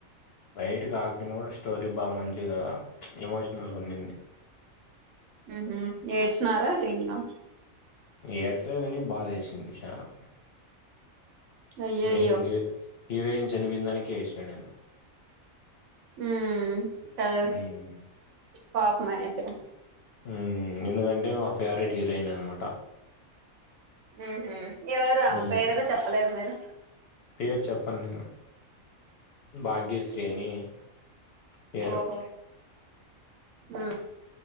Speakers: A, on the left; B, on the right.
A: బయట కాకపోయినా కూడా స్టోరీ బాగా మంచి కదా ఎమోషనల్గా ఉన్నింది
B: ఆహా ఏడ్సినారా అ
A: ఏడ్చలేదు కాని బాధేసింది చాలా
B: అయ్యయ్యో
A: మెయిన్ హీ హీరోయిన్స్ చనిపోయిందానికే ఏడ్చినా నేను
B: హ్మ్మ్ కద
A: ఉమ్
B: పాపమే అయితే
A: ఉ ఎందుకంటే మా ఫావరెట్ హీరోయిన్ అన్న మాట
B: హ ఎవరు ఆమె
A: ఉమ్
B: పేరు కూడా చెప్పలేదు మరి
A: పేరు చెప్పన్ నేను భాగ్యశ్రీ అని పేరు
B: ఓహో ఆ